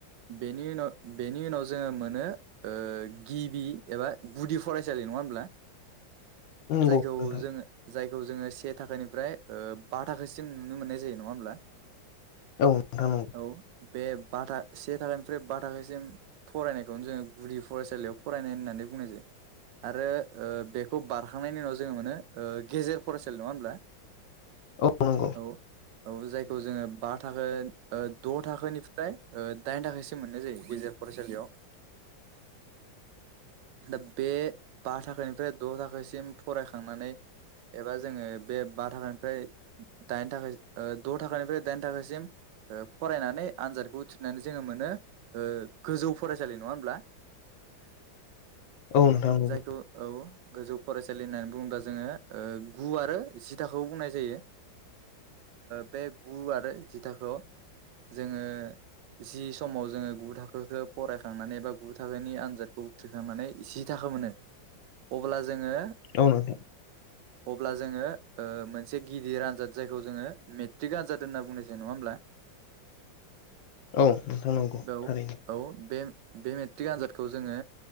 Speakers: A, on the right; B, on the left.
A: बेनि उनाव बेनि उनाव जोङो मोनो गिबि एबा गुदि फरायसालि नङा होनोमब्ला
B: <inaudible> नंगौ
A: जायखौ
B: नोंथां
A: जोङो जाय जोङो सेनिानिफ्राय बा थाखासिम नुनो मोननाय जायो नङा होमब्ला
B: औ नोंथां नंगौ
A: औ बे बा से थाखानिफ्राय बा थाखासिम फरायनायखौनो जोङो गुदि फरायसालियाव फरायनाय होननानै बुंनाय जायो आरो बेखौ बारखांनायनि उनाव जोङो मोनो गेजेर फरायसालि नङा होमब्ला
B: औ नंगौ
A: औ औ जायखौ जोङो बा थाखो द' थाखोनि फ्राय दाइन थाखसम मोननाय जायो गेजेर फरायसालियाव दा बे बा थाखानिफ्राय द' थाखासिम फरायखांनानै एबा जोङो बे बा थाखानिफ्राय दाइन थाखा द' थाखानिफ्राय दाइन थाखासिम फरायनानै आनजादखौ थिरनानै जोङो मोनो गोजौ फरायसालि नङा होमब्ला
B: औ नोंथां नंगौ
A: जायखौ औ गोजौ फरायसालि होननानै बुङोब्ला जोङो गु आरो जि थाखोखौब बुंनाय जायो। बे गु आरो जि थाखोयाव जोङो जि समाव जोङो गु थाखोखौ फरायखांनानै एबा गु थाखोनि आनजादखौ उथ्रिखांनानै जि थाखो थाख मोनो अब्ला जोङो
B: औ नोंथां
A: अब्ला जोङो मोनसे गिदिर आनजाद जायखौ जोङो मेट्रिक आनजाद होनना बुंनोसै नङा होमब्ला।
B: औ नोंथां नंगौ
A: औ
B: थारैनो
A: औ बे बे मेट्रिक आनजादखौ जोङो